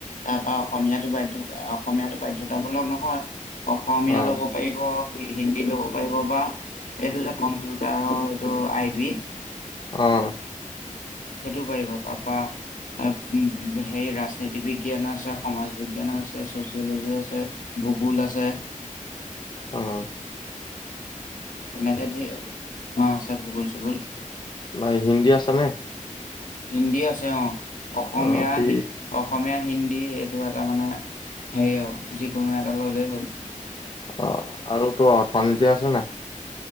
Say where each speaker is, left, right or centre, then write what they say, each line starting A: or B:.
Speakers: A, on the left; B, on the left.
A: তাৰ পৰাা অসমীয়াাতো বাধ্যা অসমীয়াাতো বাধয় বাধ্যতামূলক নহয় অসমীয়া
B: অ
A: ল'ব পাৰিব। হি -হিন্দী ল'ব পাৰিব বা এইটো যে কম্পিউটাৰৰ এইটো আই বি
B: অ',
A: সেইটো পাৰিব তাৰপা সেই ৰাজনীতি বিজ্ঞান আছে, সমাজ বিজ্ঞান আছে, ছচিয়লজি আছে, ভূগোল আছে
B: অহ',
A: এনেকে ধেৰ অ, আছে ভগোল - চুগোল।
B: <unintelligible> হিন্দী আছ নে?
A: হিন্দী আছে অ, অসমীয়া
B: অ সি
A: আহি অসমীয়া হিন্দী এইটো এটা মানে হেৰি আৰু যিকোনো এটা ল'লেই হ'ল।
B: অ, আৰু তোৰ অৰ্থনীতি আছে নে নাই?